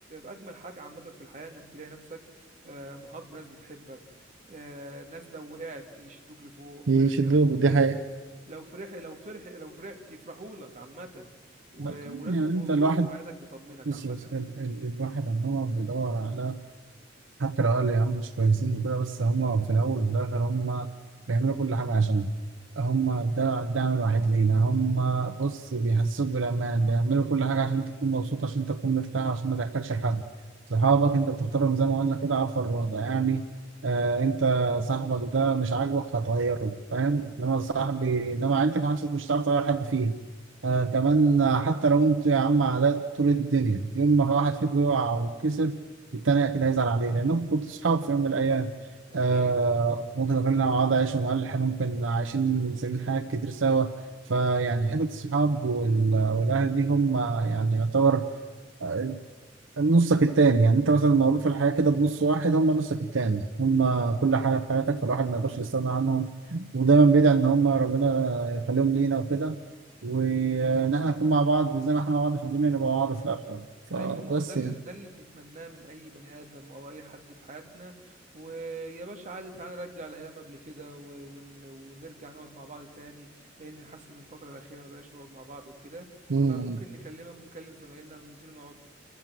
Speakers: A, on the right (about 40°); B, on the right (about 75°).
A: اجمل حاجه عامه في الحياه انك تلاقي نفسك آه، محاط بناس بتحبك آه، ناس لو وقعت يشدوك لفوق
B: يشدوه
A: آه، يقوموك تاني
B: دي حقيقة
A: لو فرح لو فرح لو فرحت يفرحوا لك عامة و...
B: ده كان-
A: وناس
B: يعني
A: في
B: انت
A: وجودهم
B: الواحد
A: في حياتك بيطمنك
B: بص
A: عامة
B: بص،
A: يعني
B: ال- ال- الواحد ان هو بيدور على حتى لو قالوا يا عم مش كويسين وكده بس هم في الأول وفي الآخر هم بيعملوا كل حاجة عشان هم ده الدعم الوحيد لينا هم بص بيحسسوك بالأمان بيعملوا كل حاجة عشان تكون مبسوط عشان تكون مرتاح عشان ما تحتاجش حد صحابك أنت بتختارهم زي ما قلنا كده على الفرازة يعني آه أنت صاحبك ده مش عاجبك هتغيره فاهم إنما صاحبي إنما عيلتك ما عادش مش هتعرف تغير حد فيها آه كمان حتى لو أنتوا يا عم عادات طول الدنيا يوم ما واحد فيكم يقع أو يتكسر التاني أكيد هيزعل عليه لأنكم كنتوا صحاب في يوم من الأيام
A: أكيد
B: آه ممكن غيرنا مع بعض عايشة ملح ممكن عايشين سنين حاجات كتير سوا فيعني حتة الصحاب وال- والأهل دي هم يعني يعتبر آه، نصك التاني يعني أنت مثلا مولود في الحياة كده بنص واحد هم نصك التاني هم كل حاجة في حياتك فالواحد ما يقدرش يستغنى عنهم ودايما بيدعي إن هم ربنا يخليهم لينا وكده وإن إحنا نكون مع بعض زي ما إحنا مع بعض في الدنيا نبقى مع بعض في الآخرة فبس
A: أيوة ما هو ده اللي
B: يعني.
A: ده اللي بنتمناه من أي بني آدم أو أي حد في حياتنا ويا باشا عادي تعالى نرجع الأيام قبل كده و... ون... ونرجع نقعد مع بعض تاني لأن حاسس إن الفترة الأخيرة ما بقاش نقعد مع بعض وكده
B: مم.
A: فممكن نكلمك ونكلم زمايلنا وننزلوا نقعد